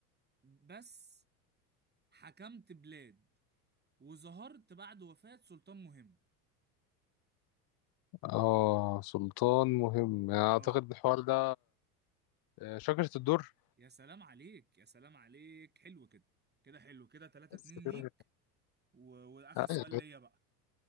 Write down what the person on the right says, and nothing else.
بس حكمت بلاد وظهرت بعد وفاة سلطان مهم
اه
يا سلام عليك يا سلام عليك حلو كده كده حلو كده 3
2
ليك و... واخر
سؤال ليا بقى